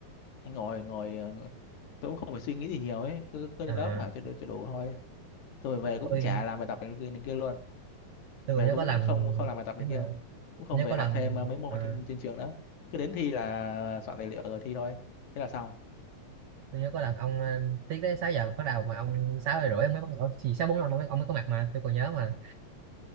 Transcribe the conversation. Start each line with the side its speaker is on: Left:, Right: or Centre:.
Left: ngồi ngồi ờ, tôi cũng không phải suy nghĩ gì nhiều ấy cứ cứ lên
Right: à
Left: lớp hả cho đủ cho đủ thôi tôi về cũng
Right: tôi
Left: chả làm bài tập này, kia- này kia luôn
Right: tôi
Left: về
Right: còn nhớ
Left: cũng
Right: có lần
Left: không không làm bài tập này
Right: thế mà
Left: kia cũng không
Right: nhớ
Left: về
Right: có
Left: học
Right: lần
Left: thêm ờ, mấy môn
Right: à,
Left: trên trên trường nữa cứ đến thi là soạn tài liệu rồi thi thôi thế là xong
Right: tôi nhớ có lần ông ờ, tiết đấy 6 giờ bắt đầu mà ông 6 giờ rưỡi ông mới bắt đầu chỉ sáu bốn năm ông mới, ông mới có mặt mà tôi còn nhớ mà